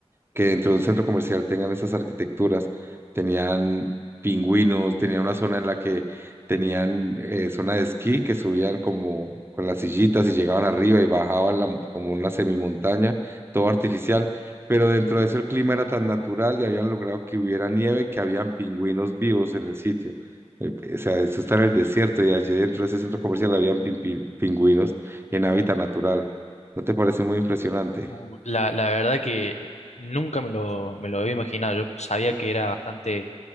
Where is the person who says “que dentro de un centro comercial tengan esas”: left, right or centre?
Right